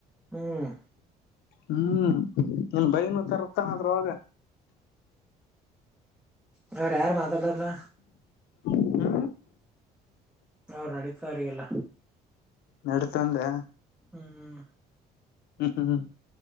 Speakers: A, in the centre; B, on the left.
A: ಹ್ಮ್
B: ಹ್ಮ್ ನನ್ ಬೈನುೂ ತರ್ತಾನ ಆದ್ೂ ಆಾಗ
A: ಅವ್ರ ಯಾರು ಮಾತಾಡಾರಲ್ಲ
B: ಹ್ಮ
A: ಅವ್ ನಡೀತವ್ರ ಎಲ್ಲ
B: ನಡ್ತಂದೆ
A: ಹ್ಮ್
B: ಹ್ಮ್ ಹ್ಮ್್ಮ್